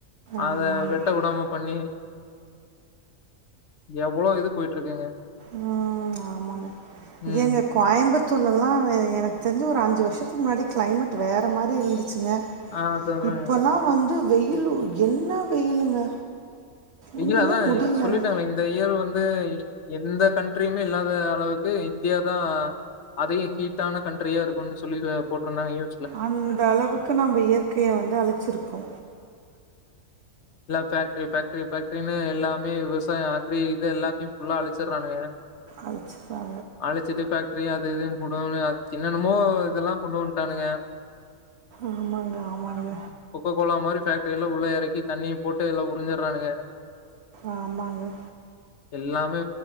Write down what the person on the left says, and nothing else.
அத
வெட்ட வுடாம பண்ணி எவ்ளோ இது போயிட்டு இருக்குங்க
ம்
ஆ அததாங்க
வெகிலா
த
சொல்லிடாங்களே இந்த இயர் வந்து எந்த கண்ட்ரியுமே இல்லாத அளவுக்கு இந்தியாதா அதையும் ஹீட்டான கண்ட்ரியா இருக்குன் சொல்லி போட்டிருந்தாங்க யூ
ல்லா பேக்டிரி பேக்டிரி பேக்டிரின்னு எல்லாம் மே விவசாயோ அக்ரி இது எல்லாத்தையு புல்லா அழிச்சுற்றானுங்க
அழிச்சிட்டு பேக்ட்ரி அது இதுன்னு கூடோன்னு என்னன்னமோ இதெல்லா கொண்டு வந்டானுங்க
கொக்கோக்கோலா மாரி பேஃக்ட்ரியெல்லா உள்ள எறக்கி தண்ணி போட்டு எல்லா உறிஞ்சிற்றானுங்க
எல்லாமே